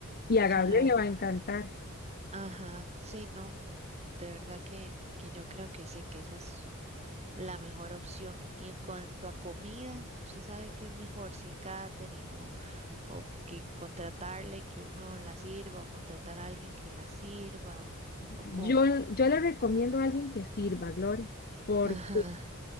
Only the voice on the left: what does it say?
Y a
Gabriel le va a encantar.
Yo,
yo le recomiendo a alguien que sirva, Gloria, porque